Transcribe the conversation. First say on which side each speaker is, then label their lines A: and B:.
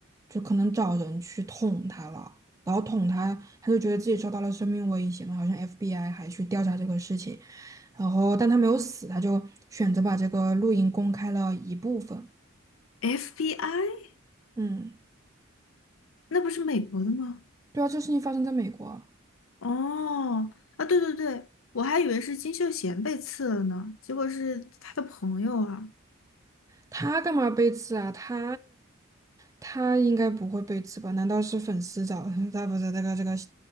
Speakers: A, on the right (about 15°); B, on the left (about 80°).
A: 就可能找人去捅他了，然后捅他，他就觉得自己受到了生命威胁嘛，好像 FBI 还去调查这个事情，然后但他没有死，他就选择把这个录音公开了一部分。
B: FBI？
A: 嗯，
B: 那不是美国的吗？
A: 对啊，这事情发生在美国啊。
B: 哦，啊，对对对，我还以为是金秀贤被刺了呢，结果是他的朋友啊。
A: 他干嘛被刺啊？他他应该不会被刺吧？难道是粉丝找 <laughs> 他？不是这个这个